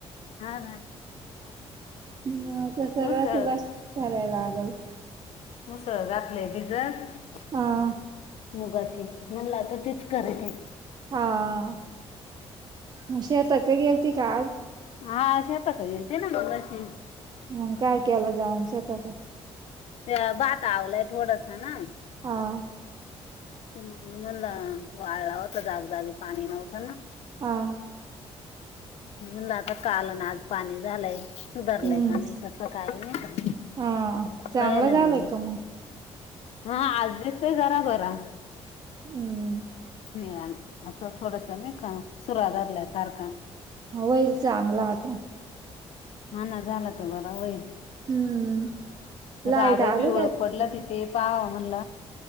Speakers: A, on the left; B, on the right.
A: हां ना.
B: मं आता सगळं
A: उसळ
B: तुलाच कराय लागल.
A: हुसळ घातले भिजत.
B: आं.
A: मुगाची, म्हणलं आता तीच करायची.
B: हां, मं शेतात गेलती आज?
A: हा, शेताकं गेलते ना, मगाशी.
B: मंग, काय केला जाऊन शेताक?
A: य भात आवलाय थोडासं ना.
B: हां.
A: हम्म, म्हणलं वाळला होता जागजागी, पाणी नव्हतं ना.
B: हां.
A: म्हणलं आता काल अन आज, पाणी झालाये. सुधारलंय
B: हम्म.
A: का नाही, कसं काय नही का,
B: हा चांगलं
A: पहायाला
B: झालंय
A: गेले.
B: का मग?
A: हं, आज दिसतंय जरा बरा.
B: हम्म.
A: निळा असं थोडस नही का, सुरा धरल्या सारखा.
B: म व्हईल चांगला, आता.
A: हा ना, झाला त, बरा होईल.
B: हम्म लाईट
A: राबई
B: आली
A: पिवळं
B: का
A: पडल,
B: तुमच्या?
A: ति ते पहाव म्हणल.